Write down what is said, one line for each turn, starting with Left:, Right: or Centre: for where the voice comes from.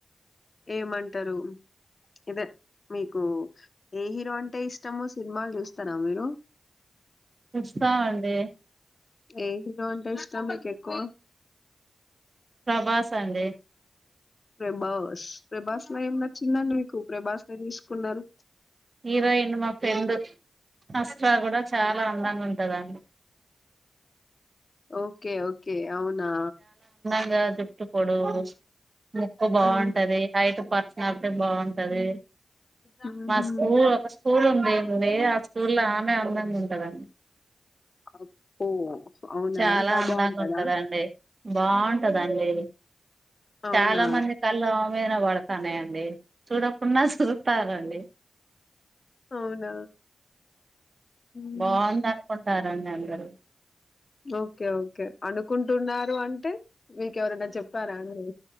Left: ఏమ్ అంటరు ఇదే మీకు ఏ హీరో అంటే ఇష్టమో సినిమాలు చూస్తారా మీరు
Right: ఇస్తామ అండి
Left: ఏ హీరో అంటే ఇష్టమ్ మీకు ఎక్కువ
Right: ప్రభాస్ అండి
Left: ప్రేభాస్ ప్రభాస్ లో ఏం నచ్చిదం అండి మీకు ప్రభాస్ నే తీసుకుఉన్నారు
Right: హీరోయిన్ మా ఫ్రెండ్ అస్త్రాలు కూడా చాలా అందంగా ఉంటద అండి
Left: ఓకే ఓకే అవునా
Right: ఇగ జుట్టు పొడుగు ముక్కు బావుంట
Left: హ్మ్.
Right: అది అయి ప చాతే బావుంట అది
Left: హుహు.
Right: మా స్కూల్ ఒక స్కూల్ మేము లేమ్ ఆ స్కూల్ లో ఆమె అందం ఉంటద అంట
Left: అబ్బో అవునా?
Right: చాలా
Left: అంతా
Right: అందంగా
Left: బావుంటదా?
Right: ఉంటదండి బావుంటద అండి
Left: అవునా?
Right: చాలా మంది కళ్ళో మేనా పడతానేయ అండి చూడకుండా చూతార అండి
Left: అవునా హ్మ్.
Right: బావుంటారు అనుకుంటారఅండి అందరూ
Left: ఓకే ఓకే అనుకుంటు ఉన్నారు అంటే మీకే ఎవర అన్నా చెప్పారా అండి